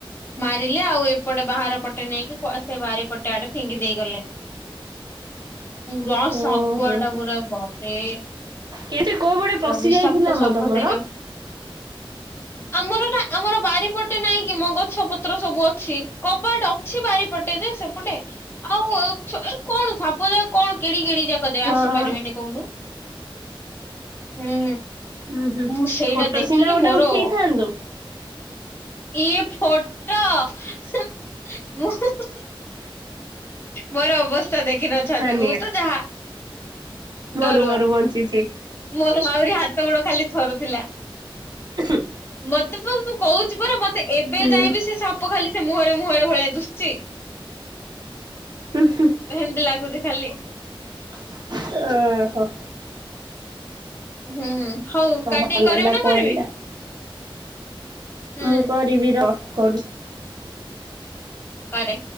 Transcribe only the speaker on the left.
ମାରିଲେ ଆଉ ଏପଟେ ବାହାର ପଟେ ନେଇକି କୁଆ ସେ ବାରିପଟେ ଆଡେ ଫିଙ୍ଗି ଦେଇଗଲେ। ପୁରା ଶାଗୁଆଟା
ପୁର ବାପରେ
ପୁରା
ବିଷାକ୍ତ
ସାପ
ସେଇଟା ଆମର ନା ଆମର ବାରିପଟେ ନାଇଁ କି ମୋ ଗଛ ପତ୍ର ସବୁ ଅଛି। କବାଟ ଅଛି ବାରିପଟେ ଯେ ସେପଟେ ବା ଆଉ କଣ ସାପ ଯା କଣ କେଡି କେଡି ଜାଗା ଯେ
ଆସିପାରିବେନି କହୁନୁ ହୁଁ
ମୁଁ ସେଇଟା
ଦେଖିକି
ମୋର
ଏଇ ଫଟୋ ହେଁ ହୁଁ -ହୁଁ -ହୁଁ ମୋର ଅବସ୍ଥା ଦେଖିନଥାନ୍ତୁ।
ମୁଁ ତ ଯାହା
ଡରୁଆ
ମୋର ମାହୁରି ହାତ ଗୋଡ ଖାଲି ଥରୁଥିଲା।
ମତେ ମୁଁ କହୁଛି ପରା ମତେ ଏବେ
ଯାଏଁ ବି ସେ ସାପ ଖାଲି ସେ ମୁହଁରେ ମୁହଁରେ ଭଳିଆ ଦୁଶୁଛି।
ହେଁମିତି ଲାଗୁଛି ଖାଲି
ହୁଁ ହଉ କାଟିି
କରିବୁ
ନା
କରିବି। ହୁଁ
କରେ